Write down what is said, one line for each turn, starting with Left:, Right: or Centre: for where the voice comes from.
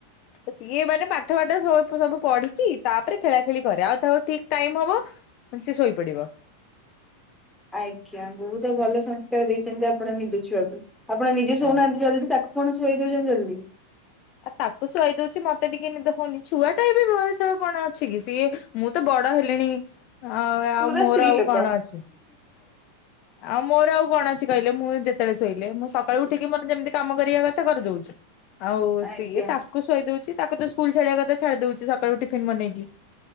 Left: ସିଏ ମାନେ ପାଠ ପାଠ ସବୁ ପଢିଛିି ତାପରେ ଖେଳା ଖେଳି କରେ ଆଉ ତାକୁ ଠିକ ଟାଇମ ହବ। ମାନେ ସେ ଶୋଇପଡ଼ିବ।
Centre: ଆଜ୍ଞା ବହୁତ ଭଲ ସଂସ୍କାର ଦେଇଛନ୍ତି ଆପଣ ନିଜ ଛୁଆକୁ ଆପଣ ନିଜେ ଶୋଉନାହାନ୍ତି
Left: ଆଜ୍ଞା।
Centre: ଜଲ୍ଦି ତାକୁ କଣ ଶୋଇ ଦଉଛନ୍ତି ଜଲଦି।
Left: ଆଉ ତାକୁ ଶୁଆଇ ଦଉଛି ମତେ ଟିକେ ନିଦ ହଉନି ଛୁଆଟା ବି ବୟସ କଣ ଅଛି କି ସିଏ ମୁଁ ତ ବଡ ହେଲିଣି ଆଉ
Centre: ପୁରା
Left: ମୋର
Centre: ସ୍ତ୍ରୀ
Left: ଆଉ
Centre: ଲୋକ
Left: କଣ ଅଛି। ଆଉ ମୋର ଆଉ କଣ ଅଛି କହିଲେ। ମୁଁ ଯେତେବେଳେ ଶୋଇଲେ ମୁଁ ସକାଳୁଉଠିକି ମୋର ଯେମିତି କାମ କରିବା କଥା କରିଦଉଛି। ଆଉ
Centre: ଆଜ୍ଞା।
Left: ସିଏ ତାକୁ ଶୋଇ ଦଉଛି। ତାକୁ ତ ସ୍କୁଲ ଛାଡିବା କଥା ଛାଡି ଦଉଛି ସକାଳୁ ଟିଫିନ ବନେଇକି।